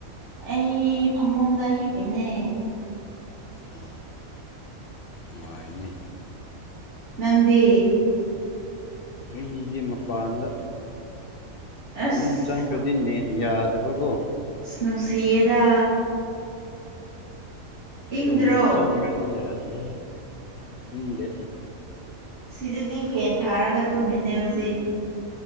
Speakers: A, on the right; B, on the left.
A: ꯑꯩ ꯐꯃꯨꯡꯗ ꯍꯤꯞꯄꯤꯅꯦ
B: ꯑꯣ ꯅꯨꯡꯉꯥꯏꯅꯦ
A: ꯅꯪꯗꯤ
B: ꯑꯩꯒꯤꯗꯤ ꯃꯄꯥꯟꯗ
A: ꯑꯁ
B: ꯃꯅꯨꯡ ꯆꯪꯈ꯭ꯔꯗꯤ ꯅꯦꯠ ꯌꯥꯗꯕꯒꯣ
A: ꯏꯁ ꯅꯨꯡꯁꯤꯌꯦꯗ ꯏꯪꯗ꯭ꯔꯣ
B: ꯔꯨꯝ ꯆꯪꯒ꯭ꯔꯗꯤ ꯌꯥꯗꯦ ꯏꯪꯗꯦ
A: ꯁꯤꯗꯗꯤ ꯐꯦꯟ ꯊꯥꯔꯒ ꯇꯨꯝꯃꯤꯅꯦ ꯍꯧꯖꯤꯛ